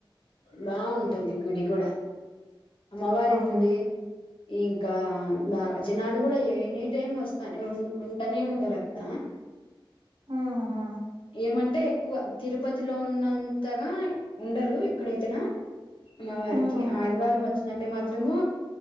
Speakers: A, on the left; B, on the right.
A: బాగుంటుంది గుడి కూడా అమ్మవారకుడి
B: అవును
A: ఇంకా జనాలు కూడా ఏ టైమ్ వస్తా నే ఉంటారు అక్క
B: హ్మ్ హ్మ్
A: ఏమంటే ఎక్కువ తిరుపతిలో ఉన్న కొత్తాగా ఉండరు ఇక్కడైతేనా అమ్మ వారికి
B: హ్మ్
A: ఆదివారం మొ నంటే మాత్రము